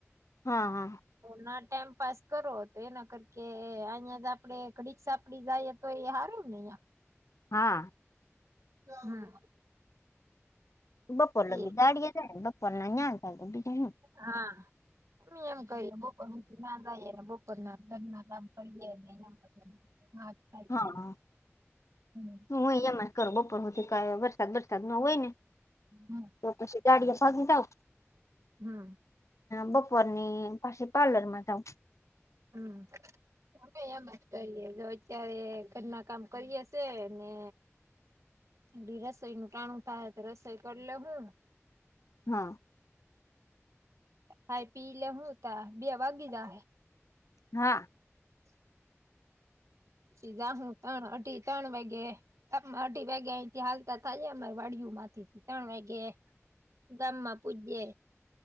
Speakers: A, on the left; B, on the right.
A: હા હા.
B: તો ના ટાઈમ પાસ કરો તે એના કરકે અહિયાં જ આપડે ઘડી સા. આપડી જાય તો એ હારુ નેં હિયા.
A: હા.
B: હમ.
A: બપોર લગી
B: એ
A: દાડીયે જાય બપોર ના હે બીજ શું.
B: હા એમ કએ બપોર ના જઈએ ને બપોર ના ઘર ના કામ કરીએ ને. હા. કરીએ
A: હા હા
B: હમ
A: હું અહિયા ગરબો કરુ છુ કયા વરસાદ વરસાદ ન હોય ને
B: હમ.
A: તો પછી ગાડીયા ભાગી જાવ
B: હા.
A: બપોવાર ની પાસી પાર્લરમાં જાવ
B: હમ. અમે એમ જ કરીએ જો અત્યારે ઘરના કામ કરીએ શે ને <unintelligible> રસોઈનું ટાણું થાય તો રસોઈ કરી લે હું
A: હા.
B: ખાઈ પી લેહું ત બે વાગી જાહે
A: હા.
B: છી જાહું ત્રણ અઢી ત્રણ વાગે માં અઢી વાગ્યા અયથી હાલતા થાય જાય અ વાડીયું માંથી ત્રણ વાય ગે દામમાં પૂજયે